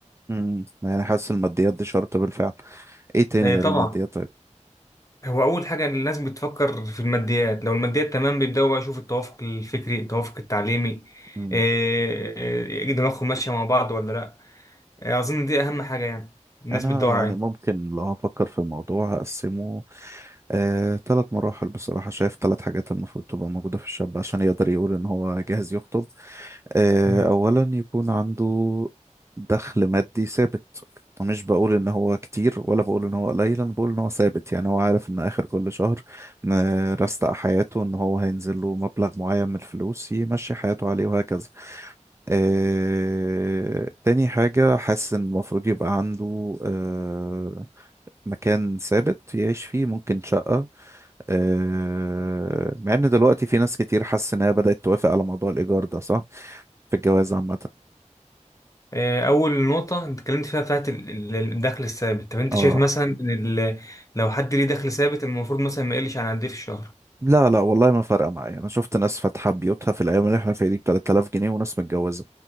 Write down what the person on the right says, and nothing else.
مم، يعني حاسس الماديات دي شرط بالفعل ايه تاني
غير
الماديات
طيب
انا
يعني
ممكن لو هفكر في الموضوع هقسمه آه، ثلاث مراحل بصراحة شايف ثلاث حاجات المفروض تبقى موجودة في الشاب عشان يقدر يقول ان هو جاهز يخطب آه،
اولا يكون عنده دخل مادي ثابت ومش بقول ان هو كتير ولا بقول ان هو قليل انا بقول ان هو ثابت يعني هو عارف ان اخر كل شهر م- رستق حياته ان هو هينزل له مبلغ معين من الفلوس يمشي حياته عليه وهكذا آه، تاني حاجة حاسس إن المفروض يبقى عنده آه، مكان ثابت يعيش فيه ممكن شقة آه، مع إن دلوقتي في ناس كتير حاسس إن هي بدأت توافق على موضوع الإيجار ده صح؟ في الجواز عامة
اه
لا لا والله ما فارقة معايا أنا شفت ناس فاتحة بيوتها في الأيام اللي احنا فيها دي ب 3000 جنيه وناس متجوزة